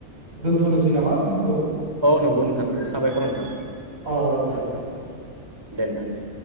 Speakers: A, on the right; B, on the right.
A: दोनथ'नोसै नामा फनखौ
B: औ नंगौ नोंथां नंगौ साबायखर नोंथां
A: अ दे दे
B: दे नोंथां दे